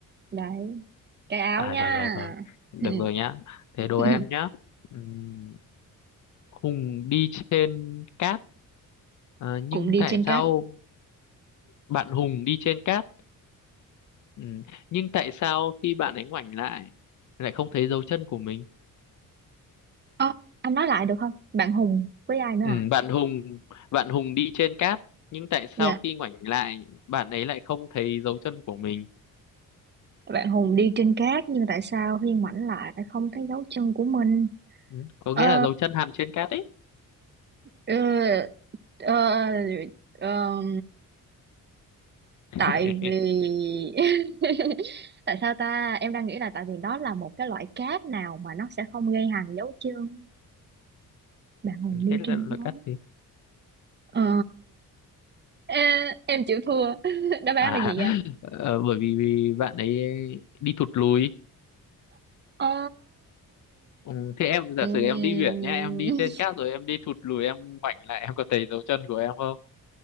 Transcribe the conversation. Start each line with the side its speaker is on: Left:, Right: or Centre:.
Right: đấy cái áo
Left: À
Right: nha
Left: rồi rồi rồi. Được
Right: Ừ.
Left: rồi nhá. Thế đố
Right: <laughs>
Left: em nhá. Ừm, Hùng đi trên cát ờ, nhưng
Right: cũng đi
Left: tại
Right: trên
Left: sao
Right: cát
Left: bạn Hùng đi trên cát ừm, nhưng tại sao khi bạn ấy ngoảnh lại lại không thấy dấu chân của mình?
Right: Ơ, anh nói lại được không bạn Hùng với ai nữa
Left: Ừm,
Right: à
Left: bạn Hùng bạn Hùng đi trên cát nhưng tại sao
Right: dạ
Left: khi ngoảnh lại bạn ấy lại không thấy dấu chân của mình?
Right: bạn Hùng đi trên cát nhưng tại sao Hiên ngoảnh lại lại không thấy dấu chân của mình
Left: Ừm, Có
Right: ờ,
Left: nghĩa là dấu chân hằn trên cát ấy.
Right: ờ, ờ, ờ,
Left: <laughs>
Right: tại vì <laughs> tại sao ta em đang nghĩ là tại vì đó là một cái loại cát nào mà nó sẽ không gây hằn dấu chân bạn hồn đi
Left: Thế là,
Right: trên
Left: là
Right: gió
Left: cát gì?
Right: ờ, ê, em chịu thua <laughs> đáp án
Left: À
Right: là gì
Left: <laughs>
Right: vậy anh
Left: ờ, bởi vì vì bạn ấy đi thụt lùi.
Right: Ờ,
Left: Ừ, thế em giả sử
Right: ừm.
Left: em đi biển nhá em đi trên cát rồi em đi thụt lùi em ngoảnh lại em có thấy dấu chân của em không